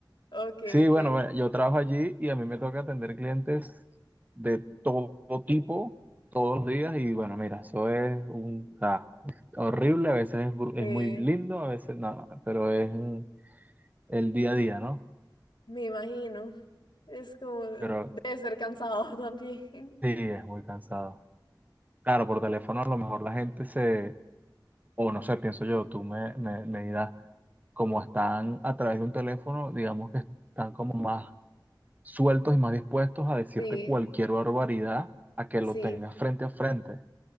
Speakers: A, on the left; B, on the right.
A: ok,
B: Sí,
A: ok.
B: bueno, bueno, yo trabajo allí y a mí me toca atender clientes de todo tipo, todos los días, y bueno, mira, eso es un, o sea, es horrible, a veces es, bru-
A: eh,
B: es muy lindo, a veces no, pero es mm, el día a día, ¿no?
A: me imagino. Es como, debe
B: Pero
A: ser cansado <laughs> también.
B: sí, es muy cansado. Claro, por teléfono a lo mejor la gente se o no sé, pienso yo, tú me, me, me dirás, como están a través de un teléfono, digamos que están como más sueltos y más dispuestos a decirte
A: Sí,
B: cualquier barbaridad a que
A: sí.
B: lo tengas frente a frente.